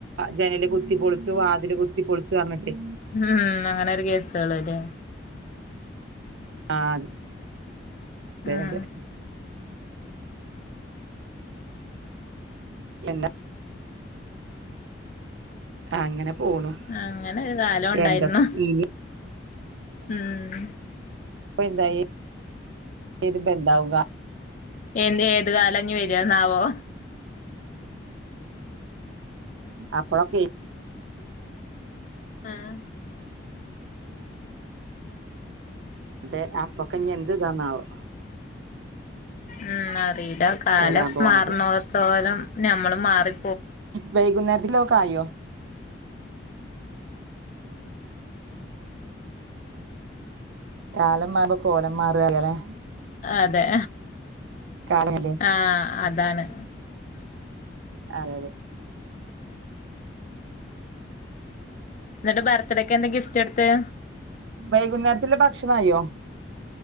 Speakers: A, on the right (about 75°); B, on the left (about 40°).
A: ജനല് കുത്തി പൊളിച്ചു വാതില് കുത്തി പൊളിച്ചു അറഞ്ഞിട്ടേ.
B: ഉം ഉം ഉം അങ്ങനെ ഒരു കേസള് ലെ.
A: ആഹ്. അത്. അതെ
B: ഉം
A: അതെ. എന്ത. അങ്ങനെ പോണു.
B: അങ്ങനെ ഒരു കാലം ഉണ്ടായിരുന്നു
A: എന്തൊക്കെ ഇനി
B: ഉം.
A: പ്പന്തായി. തീരുപ്പെ ന്താവുക.
B: എന്റെ ഏത് കാലാഞ്ഞി വരാ എന്നാവോ.
A: അപ്പൊളൊക്കെ.
B: ആഹ്
A: അതെ അപ്പൊക്കെ ഞ്ഞി എന്ത് ഇതന്നാവോ.
B: ഉം അറീല്ല കാലം
A: വരാൻ പോണത്
B: മാറ്ന്നോത്തോലം ഞമ്മളും മാറി
A: വൈകുന്നേരത്തിലോക്കെ ആയോ. കാലം മാറുമ്പം കോലം മാറാ അറിയാലെ.
B: അതെ
A: കാലമല്ലേ
B: ആഹ് അതാണ്.
A: അതെ അതെ
B: ഇന്നട്ട് ബർത്ത്ഡേക്ക് എന്താ ഗിഫ്റ്റ് കൊടുത്തെ.
A: വൈകുന്നേരത്തില് ഭക്ഷണായോ.